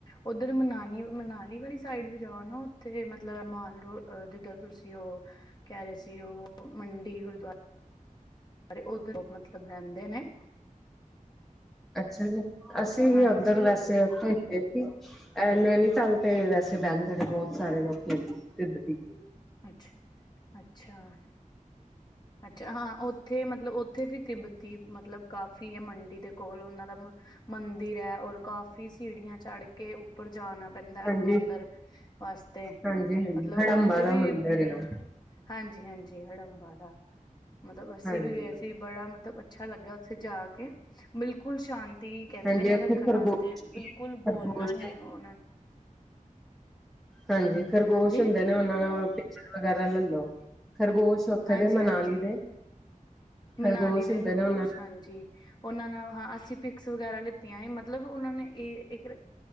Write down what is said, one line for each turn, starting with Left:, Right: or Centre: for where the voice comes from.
Left: ਉਧਰ ਮਨਾਨੀ, ਮਨਾਲੀ ਵਾਲੀ ਸਾਈਡ ਵੀ, ਜਾਓ ਨਾ ਉੱਥੇ ਮਤਲਬ, ਮਾਲ ਰੋ ਜਿੱਦਰ ਤੁਸੀਂ ਉਹ। ਕਹਿ ਰਹੇ ਸੀ। ਉਹ ਮੰਡੀ ਗੁਰਦੁਆ- ਸਾਰੇ ਉ ਮਤਲਬ ਰਹਿੰਦੇ ਨੇ
Centre: ਅੱਛਾ ਜੀ ਅਸੀਂ
Left: ਹਾਂਜੀ।
Centre: ਹੀ ਉੱਧਰ ਵੈਸੇ ਉਥੇ ਏ ਨੈਨੀਤਾਲ ਤੇ ਵੈਸੇ, ਬਹਿੰਦੇ ਨੇ ਬਹੁਤ ਸਾਰੇ ਲੋਕ, ਤਿੱਬਤੀ।
Left: ਅੱਛਾ, ਅੱਛਾ! ਅੱਛਾ। ਹਾਂ ਉੱਥੇ, ਮਤਲਬ ਉੱਥੇ ਵੀ ਤਿੱਬਤੀ, ਮਤਲਬ ਕਾਫ਼ੀ ਹੈ। ਮੰਡੀ ਦੇ ਕੋਲ ਉਹਨਾਂ ਦਾ। ਮੰਦਿਰ ਹੈ। ਔਰ, ਕਾਫੀ ਸੀਿੜੀਆਂ। ਚੜ ਕੇ, ਉੱਪਰ ਜਾਣਾ ਪੈਂਦਾ ਹੈ।
Centre: ਹਾਂਜੀ
Left: ਮੰਦਿਰ ਵਾਸਤੇ,
Centre: ਹਾਂਜੀ ਹਾਂਜੀ
Left: ਮਤਲਬ
Centre: ਹੜੰਬਾ
Left: ਉ- ਉੱਥੇ
Centre: ਦਾ
Left: ਵੀ,
Centre: ਮੰਦਿਰ ਹੈ ਉਹ
Left: ਹਾਂਜੀ- ਹਾਂਜੀ, ਹੜੰਬਾ ਦਾ, ਮਤਲਬ ਅੱਸੀਂ
Centre: ਹਾਂਜੀ
Left: ਵੀ ਗਏ ਸੀ। ਬੜਾ ਮਤਲਬ ਅੱਛਾ, ਲੱਗਿਆ ਉੱਥੇ ਜਾ ਕੇ। ਬਿਲਕੁਲ ਸ਼ਾਂ- ਤੀ ਕਹਿੰਦੇ
Centre: ਹਾਂਜੀ
Left: ਨੇ
Centre: ਉੱਥੇ
Left: ਰੱਖਣ
Centre: ਖਰਗੋ
Left: ਵਾਸਤੇ। ਬਿਲਕੁਲ
Centre: ਖਰਗੋਸ਼
Left: ਬੋਲਣਾ ਨੀ। ਉਹਨਾਂ।
Centre: ਹਾਂਜੀ ਖਰਗੋਸ਼
Left: ਹਾਂਜੀ
Centre: ਹੁੰਦੇ ਨੇ ਉਹਨਾਂ ਨਾਲ ਪਿਚਰ ਵਗੈਰਾ ਲੈ ਲੋ ਖਰਗੋਸ਼। ਉਥੇ
Left: ਹਾਂਜੀ
Centre: ਦੇ ਮਨਾਲੀ
Left: ਹਾਂਜੀ
Centre: ਦੇ
Left: ਮਨਾਲੀ
Centre: ਖਰਗੋਸ਼
Left: ਦੇ
Centre: ਹੁੰਦੇ
Left: ਖਰਗੋਸ਼
Centre: ਨੇ ਉਹਨਾਂ।
Left: ਹਾਂਜੀ ਉਹਨਾਂ ਨਾਲ ਹਾਂ ਅਸੀਂ ਪਿਕਸ ਵਗੈਰਾ ਲਿਤੀਆਂ ਮਤਲਬ ਉਹਨਾਂ ਨੇ ਇਹ ਇੱਕ।